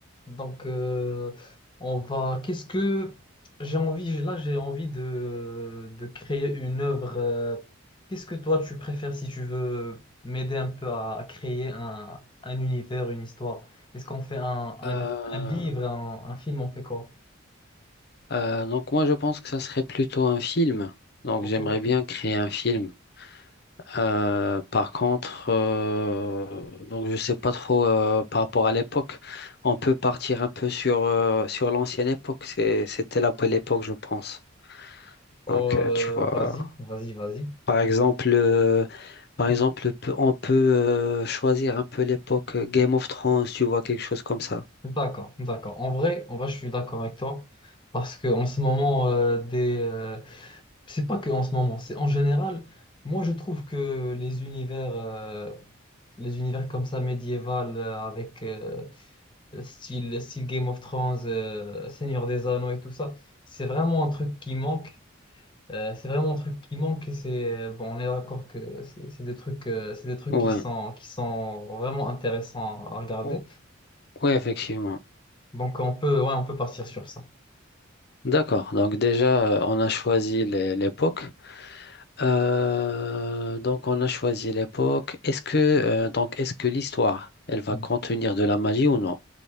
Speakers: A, on the left; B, on the left.
A: Donc, euh, on va. Qu'est-ce que j'ai envie? Là, j'ai envie de, de créer une œuvre. euh, Qu'est-ce que toi, tu préfères si tu veux m'aider un peu à, à créer un, un univers, une histoire? Est-ce qu'on fait un, un-
B: Euh,
A: un livre, un, un film, on fait quoi?
B: euh, donc moi je pense que ça serait plutôt un film. Donc
A: Ok.
B: j'aimerais bien créer un film. Euh, par contre, euh, donc je sais pas trop euh, par rapport à l'époque. On peut partir un peu sur euh, sur l'ancienne époque. C'est- c'était la belle époque, je pense.
A: Oh,
B: Donc
A: Euh,
B: euh, tu vois,
A: vas-y, vas-y, vas-y.
B: par exemple, euh, par exemple, pe- on peut euh, choisir un peu l'époque euh, Game of Thrones. Tu vois quelque chose comme ça.
A: D'accord, d'accord. En vrai, en vrai, je suis d'accord avec toi parce que en ce moment, euh, des, euh, C'est pas que en ce moment, c'est en général. Moi, je trouve que les univers, euh, les univers comme ça médiéval, euh, avec euh, style, style Game of Thrones, euh, Seigneur des Anneaux et tout ça, c'est vraiment un truc qui manque. Euh, c'est vraiment un truc qui manque et c'est euh, bon, on est d'accord que c'est c'est des trucs, euh, c'est des trucs
B: Ouais,
A: qui sont, qui sont vraiment intéressants à regarder.
B: O- ouais, effectivement.
A: Donc on peut, ouais, on peut partir sur ça.
B: D'accord. Donc déjà, euh, on a choisi les- l'époque. Euh, donc on a choisi l'époque. Est-ce que euh, donc est-ce que l'histoire, elle va
A: Mm.
B: contenir de la magie ou non?